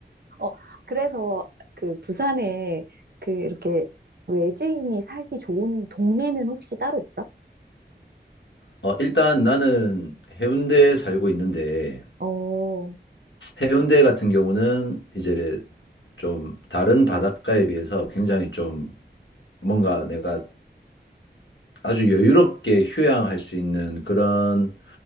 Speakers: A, on the right (about 60°); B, on the left (about 80°).
A: 어, 그래서 그 부산에 그 이렇게 외지인이 살기 좋은 동네는 혹시 따로 있어?
B: 어, 일단 나는 해운대에 살고 있는데,
A: 어,
B: 해운대 같은 경우는 이제 좀 다른 바닷가에 비해서 굉장히 좀 뭔가 내가 아주 여유롭게 휴양할 수 있는 그런